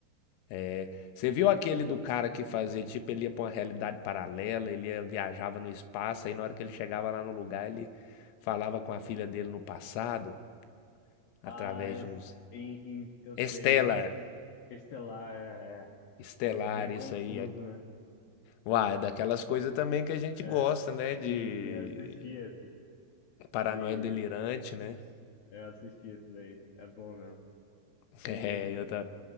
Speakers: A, on the left; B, on the left.
A: É, você viu aquele do cara que fazia, tipo, ele ia pra uma realidade paralela, ele ia- viajava no espaço, aí na hora que ele chegava lá no lugar, ele falava com a filha dele no passado, através
B: Ah, eu,
A: de
B: s-
A: uns
B: em, em- eu sei,
A: Stellar,
B: nossa, Estelar é,
A: Estelar,
B: é, é bem
A: isso
B: confuso,
A: aí. É...
B: né?
A: Uai, é daquelas coisas também que a gente
B: É,
A: gosta, né? De
B: sim, sim, eu assisti esse,
A: paranoia
B: de,
A: delirante, né?
B: eu assisti esse daí, é bom mesmo.
A: <laughs>
B: Tem,
A: É, eu, ta-